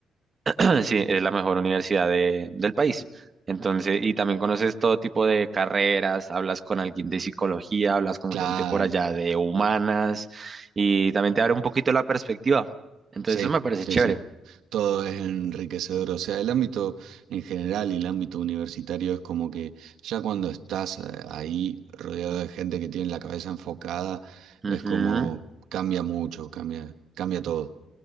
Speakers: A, on the right; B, on the right.
A: <clears throat> sí, es la mejor universidad de- del país. Entonces, y también conoces todo tipo de carreras, hablas con alguien de psicología, hablas con
B: Claro.
A: gente por allá de humanas, y también te abre un poquito la perspectiva. Entonces,
B: Sí,
A: eso me parece
B: sí,
A: chévere.
B: sí. Todo es enriquecedor. O sea, el ámbito en general y el ámbito universitario es como que ya cuando estás eh, ahí rodeado de gente que tiene la cabeza enfocada,
A: Ujú.
B: es como cambia mucho, cambia, cambia todo.